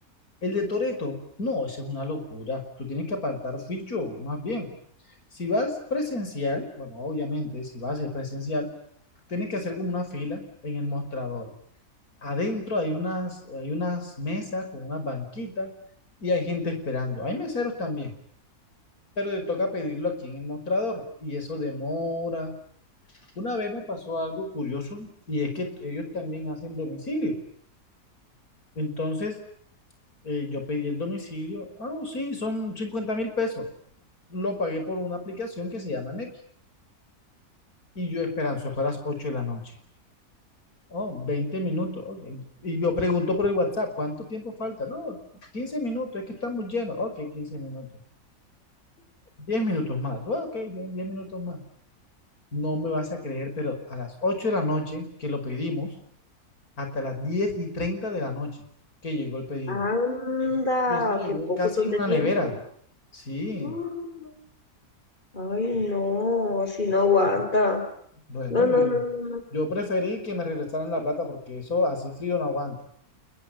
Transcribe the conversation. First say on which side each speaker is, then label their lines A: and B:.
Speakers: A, on the left (about 65°); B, on the left (about 30°).
A: El de Toreto, no, eso es una locura. Tú tienes que apartar ficho, más bien. Si vas presencial, bueno, obviamente, si vas a ser presencial, tienes que hacer como una fila en el mostrador. Adentro hay unas, hay unas mesas con unas banquitas y hay gente esperando. Hay meseros también, pero te toca pedirlo aquí en el mostrador y eso demora. Una vez me pasó algo curioso y es que ellos también hacen domicilio. Entonces eh, yo pedí el domicilio. Ah, oh, sí, son cincuenta mil pesos. Lo pagué por una aplicación que se llama Nequi y yo esperando, eso fue a las 8 de la noche. Oh, 20 minutos. ok. Y yo pregunto por el WhatsApp, ¿cuánto tiempo falta? No, 15 minutos, es que estamos llenos. Ok, 15 minutos. diez minutos más. Bueno, ok, bien, 10 minutos más. No me vas a creer, pero a las 8 de la noche que lo pedimos, hasta las 10 y 30 de la noche que llegó el pedido.
B: Anda,
A: Y eso llegó
B: qué poco
A: casi
B: ton
A: en
B: de
A: una
B: tiempo.
A: nevera. Sí,
B: Mm, Ay, no, si no aguanta.
A: bueno,
B: No,
A: Lule,
B: no, no, no, no.
A: yo preferí que me regresaran la plata porque eso así frío no aguanta.